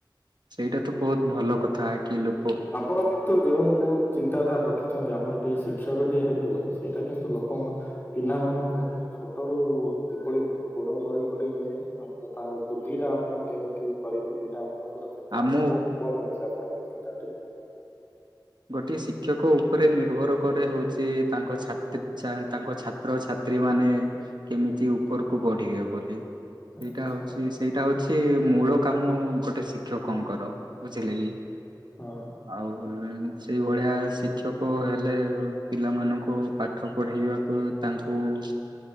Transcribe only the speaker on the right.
ସେଇଟା ତ ବହୁତ ଭଲ କଥା କି ଲୋ
ଆମ
ଗୋଟିଏ ଶିକ୍ଷକ ଉପରେ ନିର୍ଭର କରେ ହଉଛି ତାଙ୍କ ଛାତ୍ରି ଛା‌ ତାଙ୍କ ଛାତ୍ର ଛାତ୍ରୀ ମ ମାନେ କେମିତି ଉପରକୁ ବଢିବେ ବୋଲି। ସେଇଟା
ହଉଛି ସେଇଟା ହଉଛି ମୂଳ କାମ ଗୋଟେ ଶିକ ଙ୍କର ବୁଝିଲେ କି।
<unintelligible> ସେଇଭଳିଆ ଶିକ୍ଷକ ହେଲେ ପିଲାମାନଙ୍କୁ ପାଠ ପଢ଼େଇବାକୁ ତାଙ୍କ କଉ।